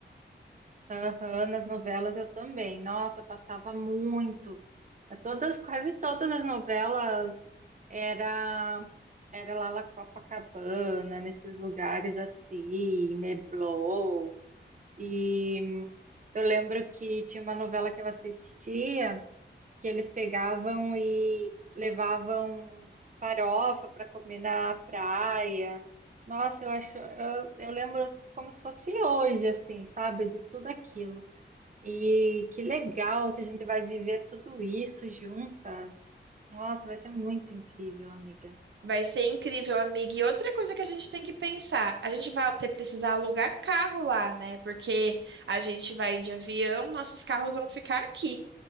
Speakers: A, on the right (about 40°); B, on the right (about 70°).
A: Aham, nas novelas eu também. Nossa, passava muito. É Todas, quase todas as novelas era era lá na Copacabana, nesses lugares assim, Neblon. E hum, eu lembro que tinha uma novela que eu assistia que eles pegavam e levavam farofa para comer na praia. Nossa, eu acho, eu, eu lembro como se fosse hoje, assim, sabe, de tudo aquilo. E que legal que a gente vai viver tudo isso juntas. Nossa, vai ser muito incrível, amiga.
B: Vai ser incrível, amiga. E outra coisa que a gente tem que pensar, a gente vai ter precisar alugar carro lá, né? Porque a gente vai de avião, nossos carros vão ficar aqui.